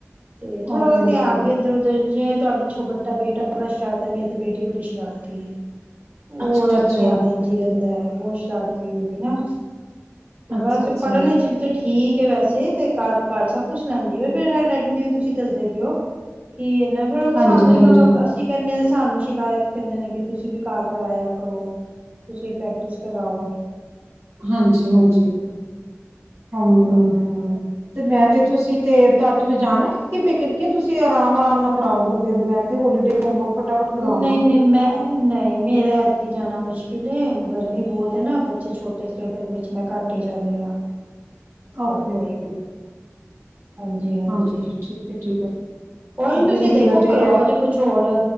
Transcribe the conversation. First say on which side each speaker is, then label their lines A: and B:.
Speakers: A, on the right; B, on the right.
A: ਤੇ ਥੋੜਾ
B: ਓਕੇ ਓਕੇ
A: ਧਿਆਨ ਵੀ ਇੱਧਰ ਉੱਧਰ ਜਿਵੇ ਤੁਆਡੀ ਛੋ ਬੱਟਾ ਬੇਟਾ ਬੜਾ ਸ਼ਰਾਰਤ ਐ, ਮੇਰੀ ਤੇ ਬੇਟੀ ਬੜੀ ਸ਼ਰਾਰਤੀ ਏ। ਔ
B: ਅੱਛਾ
A: ਔਦਾ
B: ਅੱਛਾ
A: ਵੀ ਧਿਆਨ ਇੰਝ ਈ ਰਹਿੰਦਾ ਐ। ਬੋਤ ਸ਼ਰਾਰਤੀ ਹੋਗੀ ਨਾ?
B: ਅੱਛਾ
A: ਬਸ
B: ਅੱਛਾ
A: ਪੜ੍ਹਨ ਇੱਚ ਵੀ ਤੇ ਠੀ ਠੀਕ ਐ ਵੈਸੇ ਤੇ ਘਰ ਕਰ ਸਭ ਕੁਛ ਲੈਂਦੀ ਏ ਫਿਰ ਹੈਂਡਰਾਈਟਿੰਗ ਨੇ ਤੁਸੀ ਦੱਸਦੇ ਪੇਔ ਕਿ ਨਈ ਫੇਰ ਉਹ
B: ਹਾਂਜੀ
A: ਸਾਨੂੰ
B: ਹਾਂਜੀ
A: ਈ ਕਵੇ ਅਸੀ ਕੈਨੇ ਆਂ ਤੇ ਸਾਨੂੰ ਸ਼ਿਕਾਇਤ ਕਹਿੰਦੇ ਨੇ ਕਿ ਤੁਸੀਂ ਵੀ ਘਾਰ ਕਰਾਇਆ ਕਰੋ, ਤੁਸੀਂ ਪ੍ਰੈਕਟਿਸ ਕਰਾਔ।
B: ਹਾਂਜੀ-ਹਾਂਜੀ। ਹਮ,
A: ਹੂੰ ਹੂੰ।
B: ਤੇ ਮੈਂ ਤੇ ਤੁਸੀ ਤੇ ਤਦ ਤੁਸੀ ਜਾਣਾ ਏ ਅਸੀ ਪੇਕੇ ਤੁਸੀਂ ਅਰਾਮ-ਅਰਾਮ ਨਾਲ ਕਰਾਔਗੇ ਫਿਰ ਮੈਂ ਤੇ ਹੋਲੀਡੇ ਹੋਮਵਰਕ ਫਟਾਫਟ ਕਰਾਵਾਂਗੀ।
A: ਨਈ-ਨਈ ਮੈਂ ਨਈ ਮੇਰਾ ਕਿ ਜਾਣਾ ਮੁਸ਼ਕਿਲ ਏ ਗਰਮੀ ਬੋਤ ਏ ਨਾ ਬੱਚੇ ਛੋਟੇ ਚ ਫੇਰ ਗਰਮੀ ਚ ਮੈਂ ਘੱਟ ਈ ਜਾਣੀ ਆਂ। ਇਸ
B: ਓਕੇ-ਓਕੇ,
A: ਕਰਕੇ, ਹਾਂਜੀ-ਹਾਂਜੀ।
B: ਹਾਂਜੀ ਠੀਕ ਹੈ ਠੀਕ ਹੈ,
A: ਕੋਈ
B: ਓਕੇ
A: ਨ ਤੁਸੀ
B: ਨੇ
A: ਦੇਖੋ
B: ਮੇਰਾ ਤੇ
A: ਕਰਵਾਓ ਜੇ ਕੁਛ ਹੋਰ